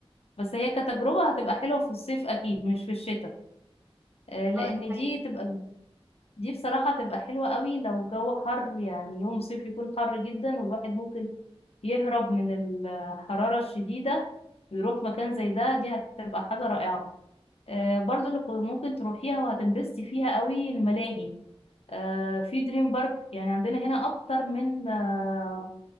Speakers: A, on the left (about 75°); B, on the right (about 20°).
A: بس هي كتجربة هتبقى حلوة في الصيف أكيد مش في الشتاء آه، لأن
B: اه دي حقيقة
A: دي تبقى دي بصراحة تبقى حلوة قوي لو الجو حر يعني يوم صيف يكون حر جدا والواحد ممكن يهرب من الحرارة الشديدة ويروح مكان زي ده دي هتبقى حاجة رائعة آه، برضو اللي ممكن تروحيها وهتنبسطي فيها قوي الملاهي آه، في دريم بارك يعني عندنا هنا أكتر من آه،